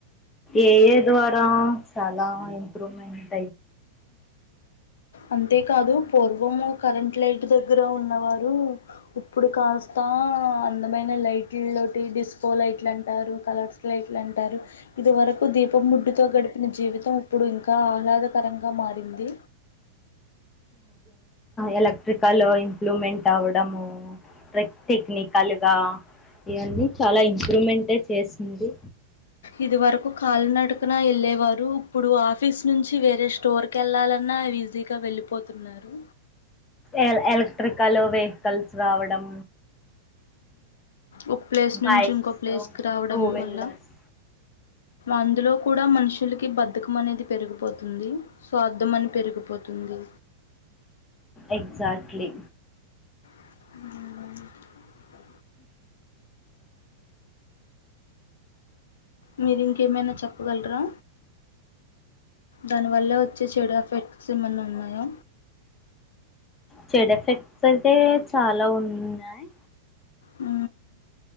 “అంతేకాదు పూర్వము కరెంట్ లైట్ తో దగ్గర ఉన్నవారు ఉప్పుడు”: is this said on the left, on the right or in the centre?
Left